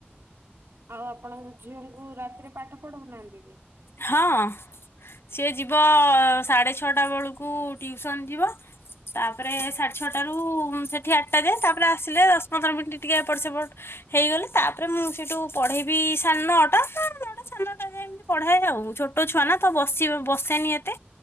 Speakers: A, on the right; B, on the left.
A: ଆଉ ଆପଣଙ୍କ ଝିଅଙ୍କୁ ରାତିରେ ପାଠ ପଢ଼ଉନାହାନ୍ତି କି?
B: ହଁ। ସିଏ ଯିବ ସାଢ଼େ ଛଅଟା ବେଳକୁ ଟ୍ୟୁସନ୍ ଯିବ। ତାପରେ ସାଢ଼େ ଛଅଟାରୁ ସେଠି ଆଠଟା ଯାଏ ତାପରେ ଆସିଲେ ଦଶ, ପନ୍ଦର ମିନିଟ୍ ଟିକେ ଏପଟ ସେପଟ ହେଇଗଲେ ତାପରେ ମୁଁ ସେଇଠୁ ପଢ଼େଇବି ସାନଅଟା ନଅଟା ସାନଅଟା ଯା ଏମିତି। ପଢ଼ାଏ ଆଉ ଛୋଟ ଛୁଆ ନା ତ ବସିବ ବସେନି ଏତେ।